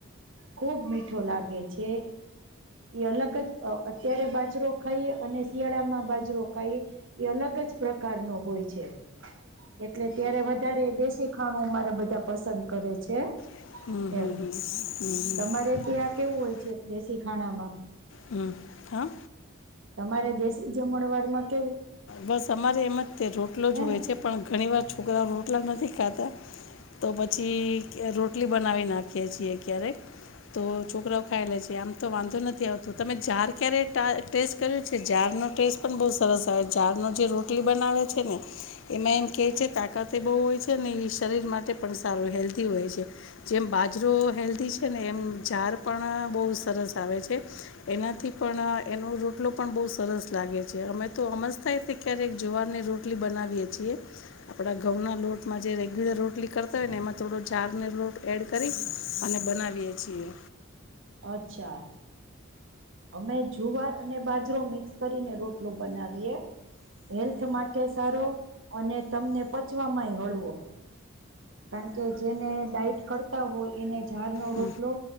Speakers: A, on the right (about 70°); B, on the left (about 65°).
A: ખુબ મીઠ ઠો લાગે છે. ઈ અલગ જ અહ અત્યારે બાજરો ખાઈએ અને શિયાળામાં બાજરો ખાઈએ ઈ અલગ જ જ પ્રકાર નો હોય છે. એટલે ત્યારે વધારે દેશી ખાણું અમારે બધા પસંદ કરે છે.
B: હમ્મ-હમ્મ-હમ્મ-હમ્મ-હમ્મ.
A: એમ તમારે ત્યાં કેવું હોય છે દેશી ખાણા માં
B: હમ્મ, હા.
A: તમારે દેશી જમણવાડ માં
B: બસ અમારે એમ જ તે, રોટલો
A: હે
B: જ હોય
A: ને
B: છે પણ ઘણી વાર છોકરાઓ રોટલા નથી ખાતા, તો પછી રોટલી બનાવી નાખીએ છીએ ક્યારેક, તો છોકરાઓ ખાય લે છે. આમ તો વાંધો નથી આવતું. તમે જાર ક્યારેય ટા ટેસ્ટ કર્યું છે? જાર નો ટેસ્ટ પ ણ બહુ સરસ હવે જારનો જે રોટલી બનાવે છે ને, એમાં એમ કહે છે તાકાતે એ બહુ હોય છે ને, ઈ શરીર માટે પણ સારું હેલ્ધી હોય છે. જેમ બાજરો હેલ્ધી છે ને, એમ જાર પણ અહ બહુ સરસ આવે છે. એનાથી પણ એનો રોટલો પણ બહુ સરસ લાગે છે. અમે તો અમસ્તાએ તે ક્યારેક જવારને રોટલી બનાવીએ છીએ. આપડા ઘઉં ના લોટમાં જે રેગ્યુલર રોટલી કરતા હોય ને એમાં થોડો જારને લોટ એડ કરી અને બનાવીએ છીએ.
A: અચ્છા. અમે જુવાર અને બાજરો મિક્સ કરીને રોટલો બનાવીએ. હેલ્થ માટે સારો અને તમને પચવા માંય હળવો. કારણ કે જેને ડાઈટ કરતા હોય એને ઝાડનો
B: હ
A: રોટલો.